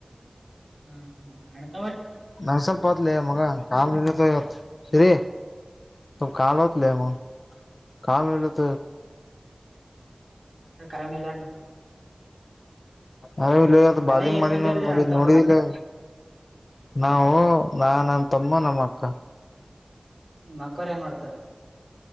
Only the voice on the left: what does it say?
ನಂಗಸರ್ ಪತಲಿ ಲಿ ಮಗ ಕಾಮ ಇ ಶರಿ ಸ ಕಾಲ ಹೊತಲ ಮ ಕಾಲ ನಲತ
ಅ ಇಲ್ಲತ್
ಬಾಲಿಂಗ್
ಮಾಡಿನ
ನೋಡ
ನೋಡ ಎಲ್ಲಾ ನಾವು ನಾ ನನ್ ತಮ್ಮ ನಮ್ಮ ಅಕ್ಕ